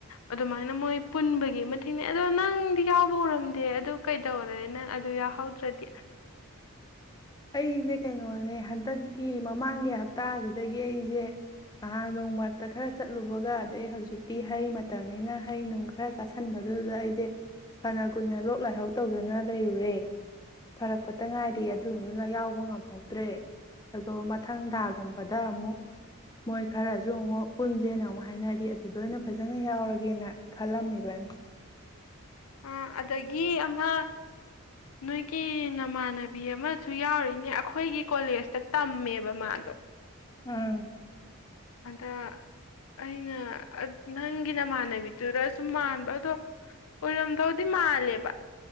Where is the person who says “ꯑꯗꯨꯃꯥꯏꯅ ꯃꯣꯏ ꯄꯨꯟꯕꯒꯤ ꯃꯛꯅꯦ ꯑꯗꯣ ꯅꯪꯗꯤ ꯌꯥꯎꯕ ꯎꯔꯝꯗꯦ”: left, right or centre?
Left